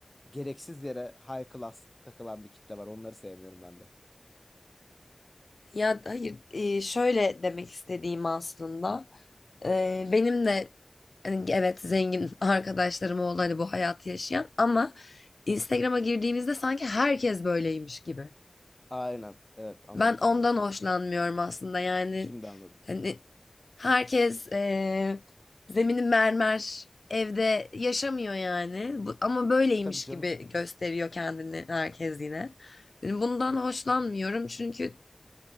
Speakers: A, on the left; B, on the left.
A: gereksiz yere high class takılan bir kitle var. Onları sevmiyorum ben de.
B: Ya hayır e, şöyle demek istediğim aslında E, benim de hani evet zengin <laughs> arkadaşlarım oldu hani bu hayatı yaşayan ama Instagram'a girdiğimizde sanki herkes böyleymiş gibi.
A: Aynen. Evet anladım
B: Ben
A: şimdi.
B: ondan hoşlanmıyorum aslında yani
A: Şimdi anladım.
B: hani herkes e, zemini mermer evde yaşamıyor yani Bu- ama böyleymiş
A: Tabii canım.
B: gibi gösteriyor kendini herkes yine. Yani Bundan hoşlanmıyorum çünkü